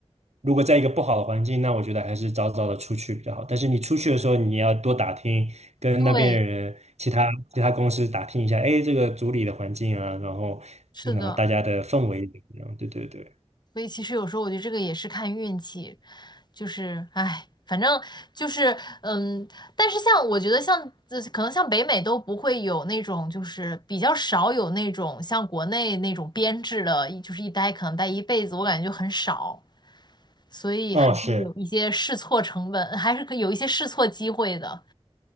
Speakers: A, on the right; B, on the left.
A: 如果在一个不好的环境，那我觉得还是早早的出去比较好。但是你出去的时候，你要多打听，跟那边人、
B: 对，
A: 其他其他公司打听一下，哎，这个组里的环境啊，然后然后大家的氛围怎么样？
B: 是的。
A: 对对对，
B: 所以其实有时候我觉得这个也是看运气，就是唉，反正就是嗯，但是像我觉得像呃可能像北美都不会有那种就是比较少有那种像国内那种编制的，一就是一待可能待一辈子，我感觉就很少，所以还是有一些试错成本，
A: 哦，是。
B: 还是可以有一些试错机会的。